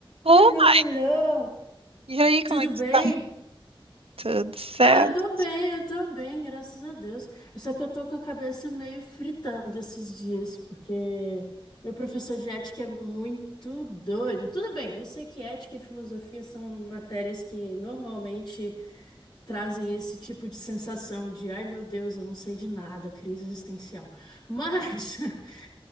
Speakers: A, on the right; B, on the left.
A: Ô,
B: Hello,
A: Ma-
B: hello.
A: e aí,
B: Tudo
A: como é que
B: bem?
A: tá? Tudo certo?
B: Ah, eu tô bem, eu tô bem, graças a Deus. Só que eu tô com a cabeça meio fritando esses dias, porque meu professor de ética é muito doido. Tudo bem, eu sei que ética e filosofia são matérias que normalmente trazem esse tipo de sensação de, ai meu Deus, eu não sei de nada, crise existencial. Mas <laughs>